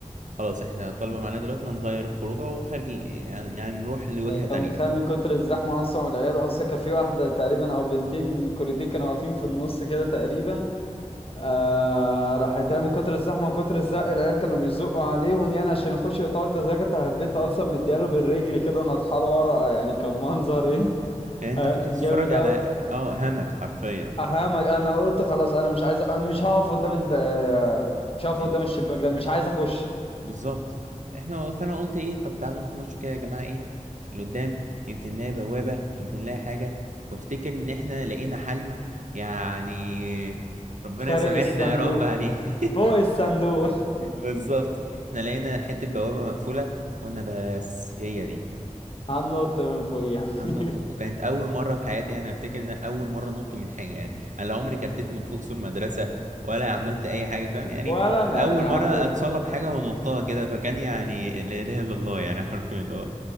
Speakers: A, on the right (about 75°); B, on the left (about 45°).
A: خلاص احنا طالبة معانا دلوقتي هنغير الخروجه وخارجين يعني, يعني نروح لوجهة
B: يعني انت
A: تانية
B: متخيل من كتر الزحمه اصلا والعيال اصلا كان في واحده تقريبا او بنتين كوريتين كانوا واقفين في النص كده تقريبا آه راح يتعمل من كتر الزحمه وكتر الزق العيال كانوا بيزقوا عليهم يعني عشان يخشوا يقطعوا التذاكر أنت حبيت اصلا مدياله بالرجل كده نطحال ورا يعني كان منظر ايه <laughs>
A: يعني انت
B: آه،
A: كنت
B: جامد
A: بتتفرج على
B: قوي
A: اه همك حرفيا
B: اهامك انا قلت خلاص انا مش عايز أنا مش هقف قدام الب... آه، مش هقف
A: ال...
B: قدام الشباك ده مش عايز اخش
A: بالظبط احنا فانا قلت ايه طب تعالوا نتمشوا كده يا جماعة ايه لقدام يمكن نلاقي بوابة يمكن نلاقي حاجة وافتكر ان احنا لقينا حل يعني ربنا
B: خارق
A: يسامحنا
B: الصندوق
A: يا رب عليه <laughs>
B: فوق الصندوق
A: بالظبط احنا لقينا حتة بوابة مقفولة قلنا بس هي دي
B: <laughs> هننط من فوقيها
A: هننط
B: <laughs>
A: ف- وكانت أول مرة في حياتي أنا أفتكر إن أنا أول مرة أنط من حاجة يعني أنا لا عمري كتت من فوق سور مدرسة ولا عملت أي حاجة فاهم يعني
B: ولا انا
A: أول
B: يعني
A: مرة
B: الحمد لله
A: أتسلق حاجة ونطها كده فكان يعني لا إله إلا الله يعني <laughs> حرفيا اللي هو